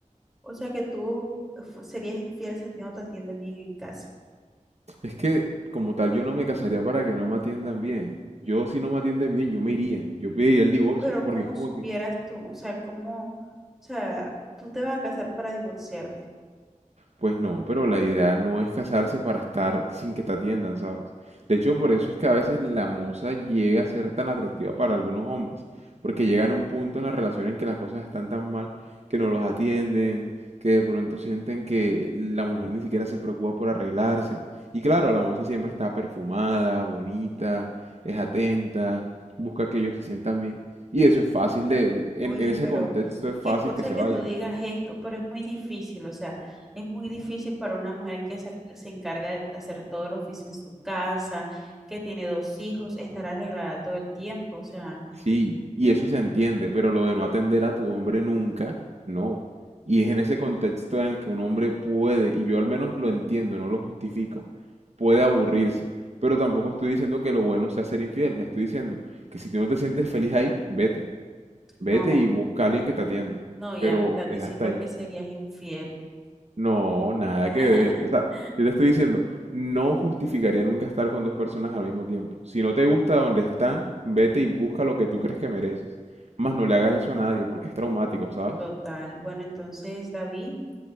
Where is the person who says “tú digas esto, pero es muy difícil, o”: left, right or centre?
Centre